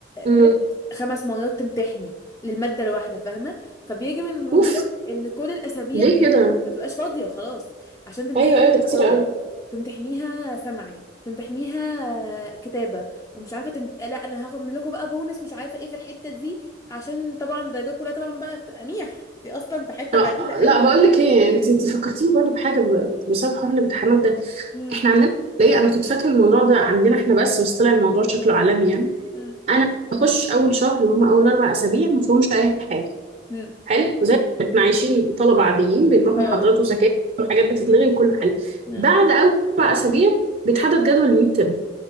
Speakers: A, on the right (about 45°); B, on the left (about 20°).
A: مم.
B: مت خمس مرات تمتحني للمادة الواحدة فاهمة فبيجي من الموضوع
A: اوف
B: ان كل الاسابيع
A: ليه كده
B: ما تبقاش فاضية خلاص عشان تمتحني
A: ايوه ايوه ده كتير
B: اورال
A: قوي
B: تمتحنيها سمعي تمتحنيها كتابة ومش عارفة تمت... لا انا هاخد من لكم بقى بونس مش عارفة ايه في الحتة دي عشان طبعا الدرجات كلها طبعا بقى بتبقى ميح دي اصلا في حتة
A: آه
B: بعيدة
A: لا
B: قوي
A: بقول لك ايه انت انت فكرتيني برضو بحاجه ب- بسبب حوار الامتحانات ده
B: مم.
A: احنا عندنا ليه انا كنت فاكره الموضوع ده عندنا احنا بس بس طلع الموضوع شكله عالمي يعني
B: مم.
A: انا بخش اول شهر اللي هم اول اربع اسابيع ما فيهمش اي حاجه
B: مم.
A: حلو زي ما احنا عايشين طلبه عاديين بنروح
B: اه
A: محاضرات وزكاه وحاجات بتتلغي وكله حلو
B: مم.
A: بعد اول اربع اسابيع بيتحدد جدول الميد ترم